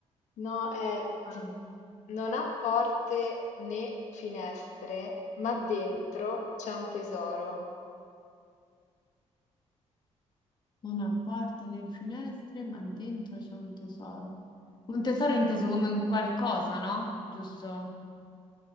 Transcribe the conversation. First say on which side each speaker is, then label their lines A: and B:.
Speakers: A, on the left; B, on the left.
A: No, è
B: Ah,
A: non ha porte né finestre, ma dentro c'è un tesoro.
B: Una porta nelle finestre, ma dentro c'è un tesoro. Un tesoro inteso come un qualcosa, no? Giusto?